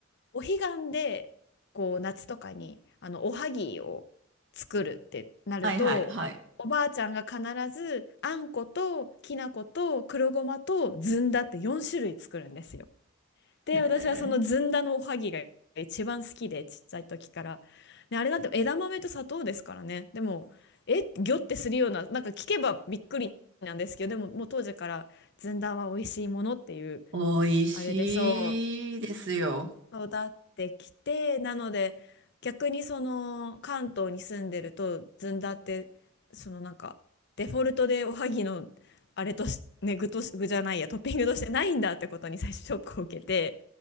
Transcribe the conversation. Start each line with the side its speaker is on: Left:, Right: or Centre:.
Left: お彼岸でこう夏とかにあのおはぎを作るってなるとおばあちゃんが必ずあんこときな粉と黒ごまとずんだって4種類作るんですよ。
Right: はいはいはい。
Left: で、
Right: へえ。
Left: 私はそのずんだのおはぎが一番好きで、ちっちゃい時から。ね、あれなんて枝豆と砂糖ですからね。でも、え、ギョってするような、なんか聞けばびっくりなんですけど、でももう当時からずんだは美味しいものっていう、
Right: 美味しいですよ。
Left: あれでそう、育ってきて、なので逆にその関東に住んでるとずんだってそのなんかデフォルトでおはぎのあれとし、ね、具とし、具じゃないやトッピングとしてないんだってことに <laughs> 最初ショックを受けて